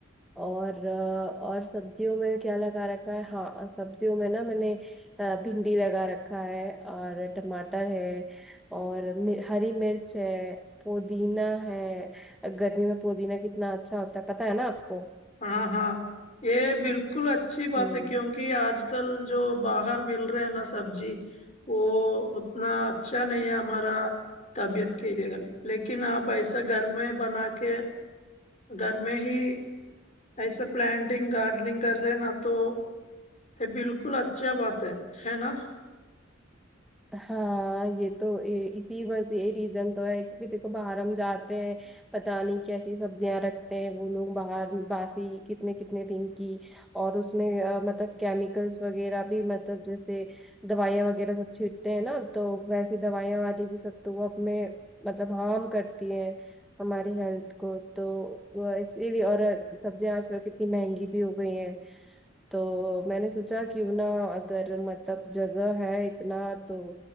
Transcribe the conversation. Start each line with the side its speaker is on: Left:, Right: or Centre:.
Centre: और अ, और सब्जियों में क्या लगा रखा है हाँ और सब्जियों में ना मैंने अ, भिंडी लगा रखा है और टमाटर है और मि- हरी मिर्च है पुदीना है गर्मी में पुदीना कितना अच्छा होता है पता है ना आपको
Left: हाँ हाँ ये बिल्कुल अच्छी बात
Centre: हम्म
Left: है क्योंकि आजकल जो बाहर मिल रहे हैं ना सब्जी वो उतना अच्छा नहीं है हमारा तबीयत के लिए लेकिन आप ऐसा घर में बना के घर में ही ऐसा प्लांटिंग गार्डनिंग कर रहे हैं ना तो ये बिल्कुल अच्छा बात है है ना
Centre: हाँ ये तो ये, इसी बस ये रीजन तो है क्योंकि देखो बाहर हम जाते हैं पता नहीं कैसी सब्जियां रखते हैं वो लोग बाहर बासी कितने कितने दिन की और उसमें अ, मतलब केमिकल्स वगैरह भी मतलब जैसे दवाइयां वगैरह सब छींटते हैं ना तो वैसी दवाइयां वाली भी सब तो वो अपने मतलब हार्म करती हैं हमारी हेल्थ को तो वो इसीलिए और सब्जियां आजकल कितनी महंगी भी हो गई हैं तो मैंने सोचा क्यों ना अगर मतलब जगह है इतना तो